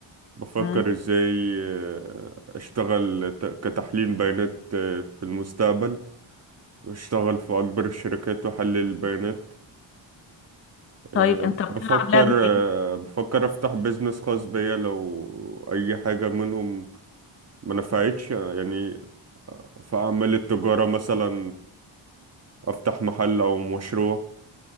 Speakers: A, on the right; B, on the left.
A: بفكر
B: مم.
A: ازاي آه، اشتغل ت- كتحليل بيانات آه، في المستقبل واشتغل في اكبر الشركات واحلل البيانات آه،
B: طيب انت بتلعب
A: بفكر
B: لعبة
A: آه،
B: ايه
A: بفكر افتح بيزنس خاص بيا لو اي حاجة منهم ما نفعتش آه، يعني في اعمال التجارة مثلا افتح محل او مشروع